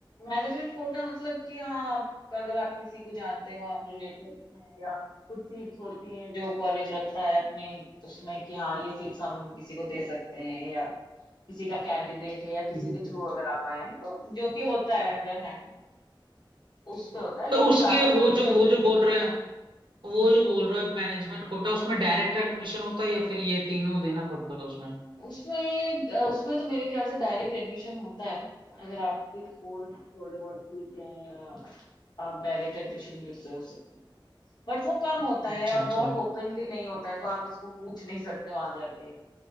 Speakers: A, on the left; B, on the right.
A: मैनेजमेंट कोटा मतलब कि हाँ आप अगर आप किसी को जानते हैं वहाँ आप रिलेटेड हैं या कुछ सीट्स होती हैं जो कॉलेज रखता है अपने उसमें कि हाँ ये सीट्स हम किसी को दे सकते हैं या किसी का कैंडिडेट है या
B: <laughs>
A: किसी के थ्रू अगर आप आए हैं, तो जो कि होता है अंडर हैंड उस पे होता है लेकिन
B: तो उसके
A: ज्यादातर
B: वो
A: जो
B: जो
A: एडमिशन
B: वो जो बोल रहे हैं वो
A: हम्म
B: जो बोल रहा है मैनेजमेंट कोटा उसमें डायरेक्ट एडमिशन होता है या फिर ये तीनों देना पड़ता है उसमें
A: उसमें अ, उसमें तो मेरे ख्याल से डायरेक्ट एडमिशन होता है अगर आपके स्कोर थोड़े बहुत ठीक है आप डायरेक्ट एडमिशन भी उससे हो सकते हैं बट वो कम होता
B: अच्छा
A: है और
B: अच्छा
A: बहुत
B: <laughs>
A: ओपनली नहीं होता है तो आप इसको पूछ नहीं सकते वहां जाके